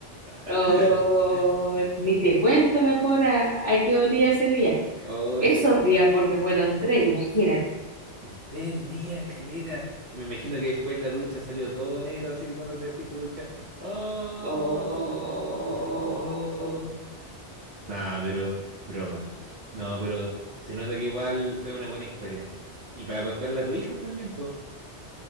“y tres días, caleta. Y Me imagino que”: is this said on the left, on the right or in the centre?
Right